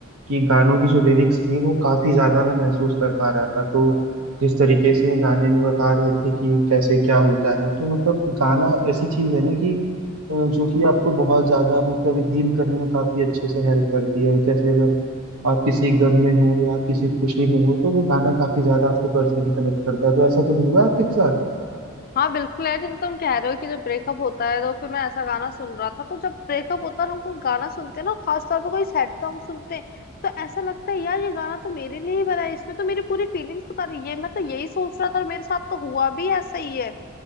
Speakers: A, on the right; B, on the left.
A: कि गानों की जो लिरिक्स थी वो काफी ज्यादा मैं महसूस कर पा रहा था तो जिस तरीके से गाने में बता रहे थे कि कैसे क्या होता है तो मतलब गाना ऐसी चीज है ना कि अ, जो कि आपको बहुत ज़्यादा मतलब हील करने में काफ़ी अच्छे से हेल्प करती है जैसे अगर आप किसी गम में हो या आप किसी खुशी में हो तो वो गाना काफ़ी ज़्यादा आपको पर्सनली कनेक्ट करता है तो ऐसा कभी हुआ आपके साथ
B: हाँ बिल्कुल यार जैसे तुम कह रहे हो कि जब ब्रेकअप होता है तो फिर मैं ऐसा गाना सुन रहा था तो जब ब्रेकअप होता है हम कोई गाना सुनते हैं ना खास तौर पर कोई सैड सॉन्ग सुनते हैं तो ऐसा लगता है यार ये गाना तो मेरे लिए ही बना है इसमें तो मेरी पूरी फीलिंग्स बता रही है मैं तो यही सोच रहा था और मेरे साथ तो हुआ भी ऐसा ही है